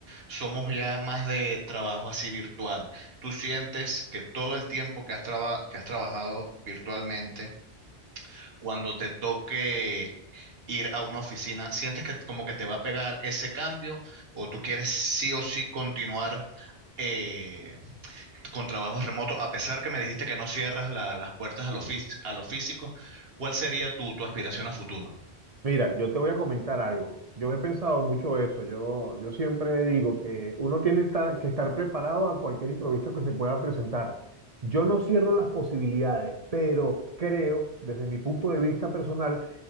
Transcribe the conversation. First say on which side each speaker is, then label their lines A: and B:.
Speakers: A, on the right; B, on the right.
A: somos ya más de trabajo así virtual. ¿Tú sientes que todo el tiempo que has, traba- que has trabajado virtualmente, cuando te toque ir a una oficina? ¿Sientes que como que te va a pegar ese cambio o tú quieres sí o sí continuar eh, con trabajos remotos? A pesar que me dijiste que no cierras la- las puertas a lo, fí- a lo físico, ¿cuál sería tu, tu aspiración a futuro?
B: Mira, yo te voy a comentar algo. Yo he pensado mucho eso. Yo, yo siempre digo que uno tiene ta- que estar preparado a cualquier imprevisto que se pueda presentar. Yo no cierro las posibilidades, pero creo, desde mi punto de vista personal,